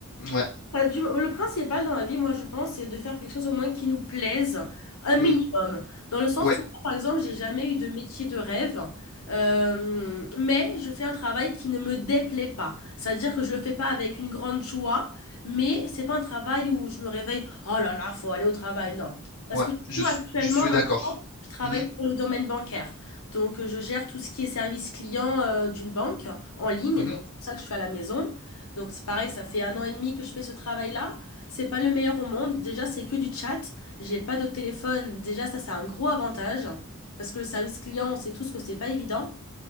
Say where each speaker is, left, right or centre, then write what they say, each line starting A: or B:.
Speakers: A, on the left; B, on the left.
A: Ouais,
B: Bah, du- le principal dans la vie, moi, je pense, c'est de faire quelque chose au moins qui nous plaise, un minimum.
A: mm,
B: Dans le sens
A: ouais,
B: où, par exemple, j'ai jamais eu de métier de rêve, euh, mais je fais un travail qui ne me déplaît pas. C'est-à-dire que je le fais pas avec une grande joie, mais c'est pas un travail où je me réveille, oh là là, faut aller au travail. Non. Parce
A: ouais.
B: que du
A: Je,
B: coup,
A: suis-
B: actuellement,
A: je suis
B: maintenant,
A: d'accord.
B: je travaille
A: Mhm,
B: pour le domaine bancaire. Donc, euh, je gère tout ce qui est service client, euh, d'une banque en ligne.
A: mhm,
B: Donc, c'est pour ça que je suis à la maison. Donc c'est pareil, ça fait un an et demi que je fais ce travail-là. C'est pas le meilleur au monde. Déjà, c'est que du chat. J'ai pas de téléphone. Déjà, ça, c'est un gros avantage parce que le service client, on sait tous que c'est pas évident.